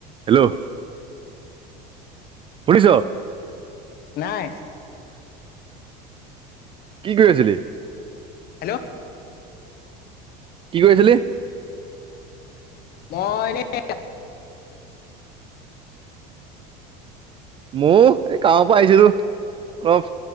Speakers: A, on the right (about 25°); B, on the left (about 50°).
A: Hello শুনিছ?
B: নাই।
A: কি কৰি আছিলি?
B: হেল্ল'
A: কি কৰিছিলি?
B: মই এনেই
A: মোৰ এই কামৰ পৰা আহিছিলো। অলপ